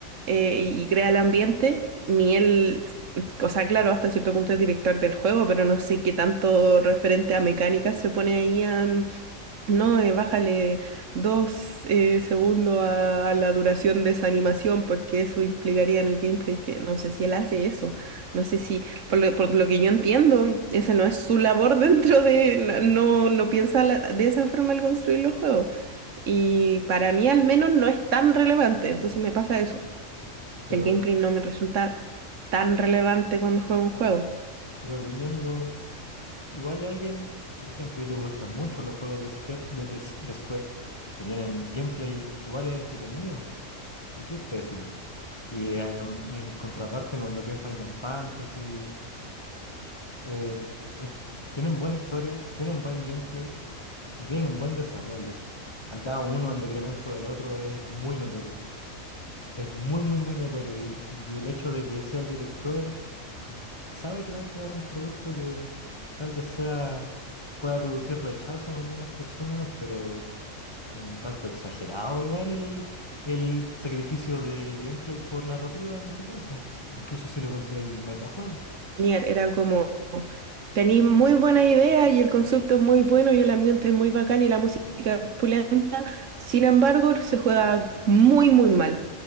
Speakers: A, on the right; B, on the left.
A: eh, y y crea el ambiente, ni él, o sea, claro, hasta cierto punto es director del juego, pero no sé qué tanto referente a mecánica se pone ahí a, no, eh, bájale dos eh, segundos a, a la duración de esa animación porque eso implicaría en el gameplay que no sé si él hace eso, no sé si, por lo, por lo que yo entiendo, esa no es su labor <laughs> dentro de, no, no, no piensa la- de esa forma al construir los juegos y para mí al menos no es tan relevante, entonces me pasa eso,
B: pero,
A: que el gameplay no me resulta tan relevante cuando juego un juego.
B: pero viniendo... Igual de alguien, por ejemplo, y te gustan mucho los juegos de, Square, de, de de Square, que tienen gameplay que igual es entretenido. Aquí es pésimo. Y eh, en contraparte con lo que es Final Fantasy, eh, es- tienen buena historia, tienen buen gameplay y tienen un buen desarrollo. Acá uno en decremento del otro es muy notorio. Es muy, muy, muy notorio. Y, y el hecho de que él sea el director, mm, sabe que va a entregar un producto que tal vez sea, pueda producir rechazo en algunas personas, pero como un tanto exagerado igual el, el sacrificio de gameplay por narrativa en ese caso. Incluso si lo consideráis un metajuego.
A: Nier era como... Tenéis muy buena idea y el concepto es muy bueno y el ambiente es muy bacán y la música es opulenta. Sin embargo, se juega muy, muy mal.